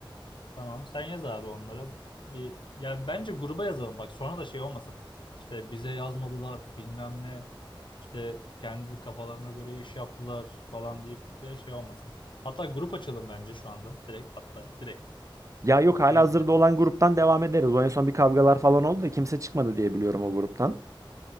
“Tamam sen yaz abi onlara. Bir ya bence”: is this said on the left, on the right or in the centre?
Left